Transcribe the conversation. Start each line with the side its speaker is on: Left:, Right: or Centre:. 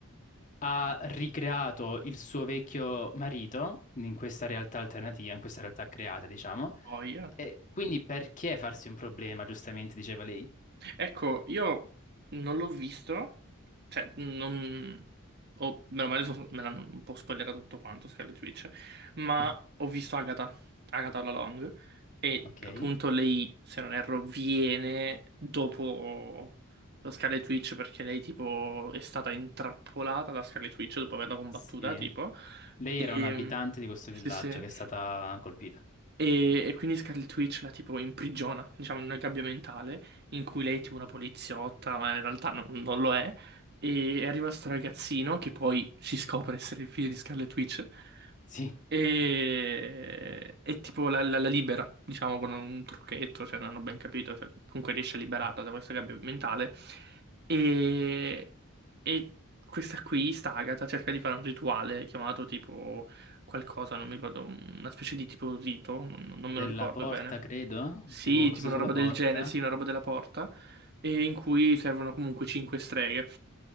Left: ha ricreato il suo vecchio marito in questa realtà alternativa, in questa realtà creata, diciamo.
Right: Poi.
Left: E quindi perché farsi un problema, giustamente diceva lei.
Right: Ecco, io non l'ho visto, cioè, non... o meno male so- me l'hanno un po' spoilerato tutto quanto, Scarlet Witch, ma
Left: <laughs>
Right: ho visto Agatha, Agatha la Long, e
Left: Ok,
Right: appunto lei, se non erro, viene dopo lo Scarlet Witch perché lei tipo è stata intrappolata da Scarlet Witch dopo averla combattuta,
Left: sì.
Right: tipo,
Left: Lei
Right: e...
Left: era un'abitante di questo
Right: Sì,
Left: villaggio
Right: sì.
Left: che è stata colpita.
Right: E, e quindi Scarlet Witch la tipo imprigiona, diciamo, in una gabbia mentale in cui lei è tipo una poliziotta, ma in realtà non, non lo è. E arriva sto ragazzino che poi si scopre essere il figlio di Scarlet Witch.
Left: Sì,
Right: E, e tipo la, la- la libera, diciamo, con un trucchetto, se non ho ben capito, cioè, comunque riesce a liberarla da questa gabbia mentale. E, e questa qui, sta Agatha, cerca di fare un rituale chiamato tipo qualcosa, non mi ricordo, una specie di tipo rito, non, non
Left: della
Right: me lo ricordo
Left: porta,
Right: bene.
Left: credo,
Right: Sì,
Left: tipo qualcosa
Right: tipo una
Left: sulla
Right: roba
Left: porta.
Right: del genere, sì, una roba della porta, e in cui servono comunque cinque streghe.